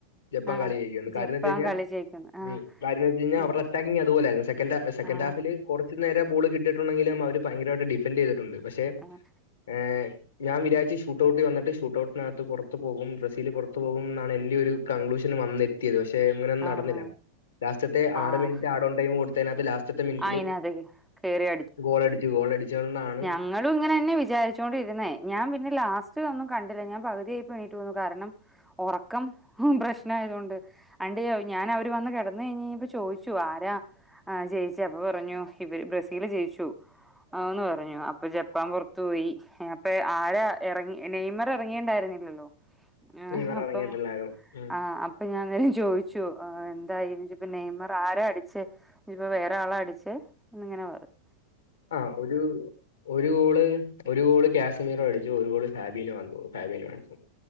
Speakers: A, on the left; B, in the centre.
A: ജപ്പാൻ
B: ആഹ്
A: കളി ജയ്ക്കുന്ന്
B: ജപ്പാൻ
A: കാര്യോന്നു വെച്ചഴിഞ്ഞാ
B: കളി ജയിക്കുന്ന് ആഹ്
A: ഉം കാര്യോന്നു വെച്ചഴിഞ്ഞാ
B: ഉം
A: അവർ അറ്റാക്കിംങ് അതുപോലായിരുന്നു സെകൻ് ഹ സെക്കൻഡ്
B: ആഹ്
A: ഹാഫില് കുറച്ച് നേരവേ ബോള് കിട്ടിട്ടുണ്ടങ്കിലും അവര് പയങ്കരമായിട്ട ഡിഫൻഡ് ചെയ്തിട്ടുണ്ട് പക്ഷേ
B: ആഹ്
A: ഏഹ് ഞാൻ വിചാരിച്ച് ഷൂട്ടഔട്ട് വന്നിട്ട് ട്ഷൂട്ട് ഔട്ടിനകത്ത് പുറത്ത് പോകും ബ്രസീൽ പുറത്ത് പോകും എന്നാണ് എന്റെറെ ഒര് കൺക്ലൂഷൻ വന്നി <unintelligible> പക്ഷെ അങ്ങനൊന്നും
B: ആഹ്
A: നടന്നില്ല ലാസ്റ്റത്തെ
B: ആഹ്
A: ആറ് മിനിറ്റ് ആടോൺ ടൈം കൊടുത്തതിനകത്ത് ലാസ് സ്റ്റത്തെ മിനിറ്റില്
B: അയിനകത്തേക്ക് കേറി
A: ഗോളടിച്ചു ഗോളടിച്ചോളും എന്നാണ്
B: ങ്ങളും ഇങ്ങനെ തന്നെ വിചാരിച്ചോണ്ടിരുന്നേ ഞാൻ പിന്നെ ലാസ്റ്റ് ഒന്നും കണ്ടില്ല ഞാൻ പകുതിയായപ്പോ എണ്ണിറ്റുപോന്നു കാരണം ഉറക്കം പ്രശ് യതൊണ്ട് ആണ്ട് ഞാൻ അവര് വന്ന് കിടന്ന് കഴിഞ്ഞഴിഞ്ഞപ്പോ ചോദിച്ചു ആരാ ജയിച്ച അപ്പൊ പറഞ്ഞു ഇവര് ബ്രസീല് ജയിച്ചു ആന്ന് പറഞ്ഞു അപ്പൊ ജപ്പാൻ പുറത്ത് ത്ത് പോയി അപ്പൊ ആരാ ഇറങ്ങി നെയ്മർ ഇറങ്ങിണ്ടായിരുന്നി ഇല്ലല്ലോ ആഹ്
A: നെയ്മർ
B: അപ്പൊ
A: ഇറങ്ങിയിട്ടുണ്ടായിരുന്നത് ഉം.
B: ആഹ് അപ് അപ്പൊ ഞാൻ അന്നേരം ചോദിച്ചു എന്തായിന്ന് ചോയിച്ചപ്പോൾ നെയ്മർ ആരാ അടിച്ചേ ഇനി ഇപ്പൊ വേറെ ഒരാള അടിച്ച് എന്ന് ഇങ്ങനെ പറഞ്ഞ്
A: ആഹ് ഒരു ഒരു ഗോള് ഒരു ഗോള് കാശ്മീറും അടിച്ചു ഒരു ഗോള് ഫാബീലും ആഹ് തോന്ന് ഫബീലും ആഹ് അടിച്ചത്